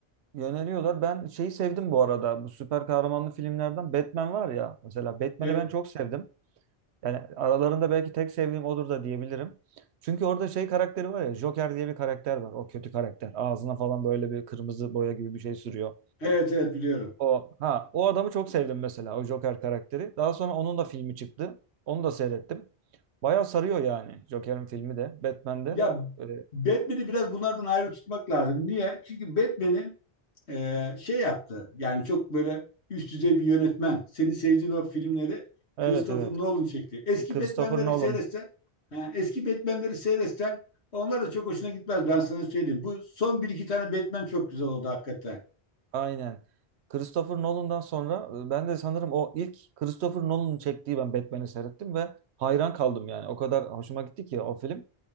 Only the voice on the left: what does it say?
E,
evet evet biliyorum.
Ya
Batman'i biraz bunlardan ayrı tutmak lazım. Niye? Çünkü Batman'i e, şey yaptı. Yani çok böyle üst düzey bir yönetmen. Seni sevdiğin o filmleri
Christopher
Nolan çekti. Eski
Batman'leri
seyretsen, ha, eski Batman'leri seyretsen onlar da çok hoşuna gitmez. Ben sana söyleyeyim. Bu son bir iki tane Batman çok güzel oldu hakikaten.